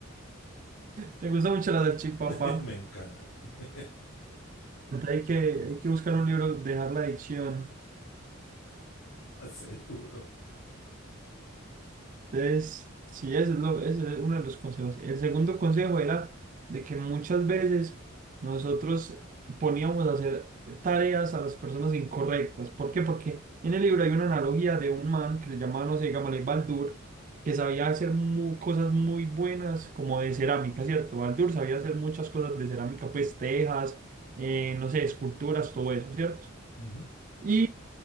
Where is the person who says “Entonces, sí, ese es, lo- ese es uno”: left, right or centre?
Right